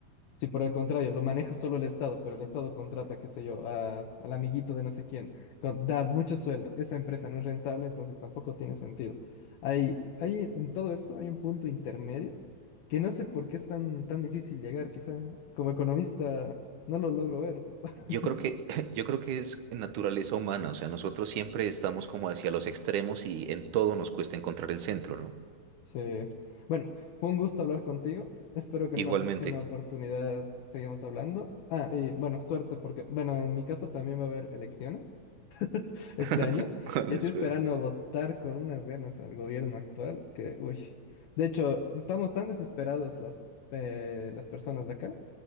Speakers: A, on the left (about 75°); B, on the right (about 65°).
A: Si por el contrario lo maneja solo el Estado, pero el Estado contrata, qué sé yo, a- al amiguito de no sé quién, con- da mucho sueldo, esa empresa no es rentable, entonces tampoco tiene sentido. Hay, hay, en todo esto hay un punto intermedio que no sé por qué es tan, tan difícil llegar, quizá como economista no lo logro ver. <laughs>
B: Yo creo que, <laughs> yo creo que es naturaleza humana, o sea, nosotros siempre estamos como hacia los extremos y en todo nos cuesta encontrar el centro, ¿no?
A: Sí. Bueno, fue un gusto hablar contigo. Espero que en
B: Igualmente.
A: una próxima oportunidad sigamos hablando. Ah, y bueno, suerte porque, bueno, en mi caso también va a haber elecciones. este
B: <laughs>
A: año.
B: Hola,
A: Y estoy
B: Sue.
A: esperando votar con unas ganas al gobierno actual que, uy. De hecho, estamos tan desesperados las, eh, las personas de acá